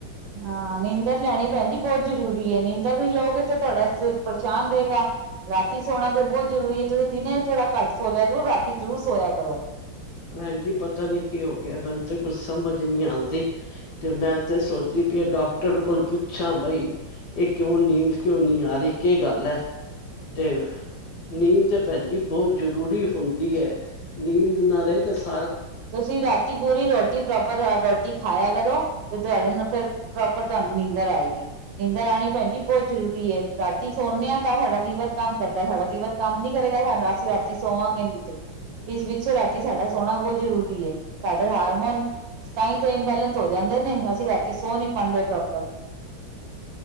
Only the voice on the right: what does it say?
ਹਾਂ, ਨੀਂਦਰ ਲੈਣੀ ਭੈਣ ਜੀ ਬਹੁਤ ਜਰੂਰੀ ਏ। ਨੀਂਦਰ ਨੀ ਲੋਗੇ ਤੇ ਤੁਹਾਡਾ ਸ ਪਰੇਸ਼ਾਨ ਰਹੇਗਾ ਰਾਤੀ ਸੋਨਾ ਤਾਂ ਬਹੁਤ ਜ਼ਰੂਰੀ ਏ। ਤੁਸੀਂ ਦਿਨੇ ਥੋੜ੍ਹਾ ਘੱਟ ਸੋ ਲਿਆ ਕਰੋ ਰਾਤੀ ਜ਼ਰੂਰ ਸੋਇਆ ਕਰੋ।
ਤੁਸੀਂ ਰਾਤੀ ਪੂਰੀ ਰੋਟੀ ਪ੍ਰੋਪਰ ਰ ਰੋਟੀ ਖਾਇਆ ਕਰੋ ਤੇ ਤੁਹਾਡੇ ਨੂੰ ਫੇਰ ਪ੍ਰੋਪਰ ਤੁਹਾਨੂੰ ਨੀਂਦਰ ਆਏਗੀ। ਨੀਂਦਰ ਆਣੀ ਭੈਣ ਜੀ ਬੋਤ ਜ਼ਰੂਰੀ ਏ। ਰਾਤੀ ਸੋਨੇ ਆ ਤਾਂ ਸਾਡਾ ਲੀਵਰ ਕੰਮ ਕਰਦਾ ਏ, ਸਾਡਾ ਲੀਵਰ ਕੰਮ ਨੀ ਕਰੇਗਾ ਸਾਨੂੰ ਰਾ ਅਸੀਂ ਰਾਤੀ ਸੋਵਾਂਗੇ ਨੀ ਤੇ। ਇਸ ਪਿੱਛੇ ਰਾਤੀ ਸਾਡਾ ਸੋਣਾ ਬੋਤ ਜ਼ਰੂਰੀ ਏ। ਸਾਡੇ ਹਾਰਮੋਨ ਤਾਂ ਈ ਤੇ ਇੰਬੈਲੈਂਸ ਹੋ ਜਾਂਦੇ ਨੇ। ਅਸੀਂ ਰਾਤੀ ਸੋ ਨੀ ਪਾਂਦੇ ਪ੍ਰੋਪਰ।